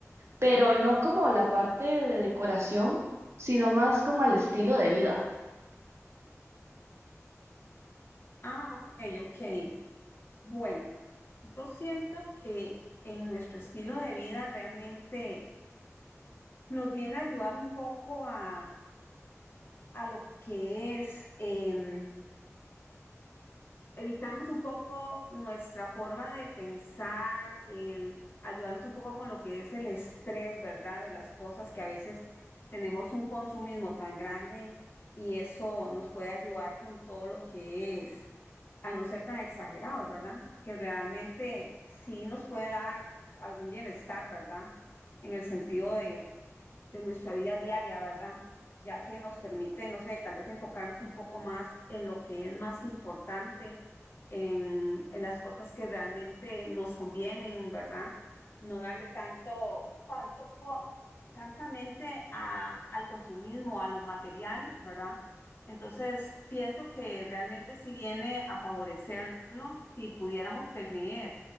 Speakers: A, on the right (about 55°); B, on the left (about 45°).
A: pero no como la parte de decoración, sino más como el estilo de vida.
B: Ah, ok, ok. Bueno, yo siento que en nuestro estilo de vida realmente nos viene a ayudar un poco a, a lo que es em, evitarnos un poco nuestra forma de pensar, el ayudarnos un poco con lo que es el estrés, ¿verdad? De las cosas que a veces tenemos un consumismo tan grande y eso nos puede ayudar con todo lo que es. a no ser tan exagerados, ¿verdad? Que realmente sí nos puede dar algún bienestar, ¿verdad? En el sentido de, de nuestra vida diaria, ¿verdad? Ya que nos permite, no sé, tal vez enfocarnos un poco más en lo que es más importante, en, en las cosas que realmente nos convienen, ¿verdad? No darle tanto, tanto, co- tanta mente a, al consumismo, a lo material, ¿verdad? Entonces, pienso que realmente sí viene a favorecernos si pudiéramos tener